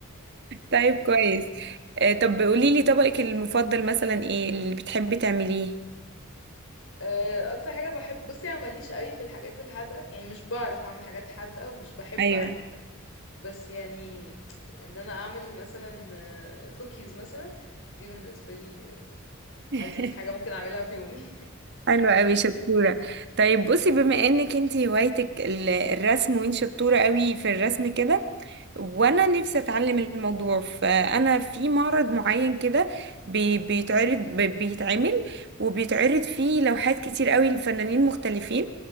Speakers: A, on the right (about 55°); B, on the left (about 65°).
A: طيب كويس آه، طب قوليلي طبقك المفضل مثلا ايه اللي بتحبي تعمليه
B: آه، اكتر حاجه بحب بصي انا ماليش قوي في الحاجات الحادقه يعني مش بعرف اعمل حاجات حادقه ومش بحب
A: ايوه
B: اعملها بس يعني ان انا اعمل مثلا كوكيز مثلا دي بالنسبه لي
A: <laughs>
B: ألذذ حاجة ممكن أعملها في يومي
A: حلوة قوي شطورة طيب بصي بما انك انتي هوايتك ال- الرسم وانت شطورة قوي في الرسم كده وانا نفسي اتعلم الموضوع فانا في معرض معين كده بي- بيتعرض بي- بيتعمل وبيتعرض فيه لوحات كتير قوي لفنانين مختلفين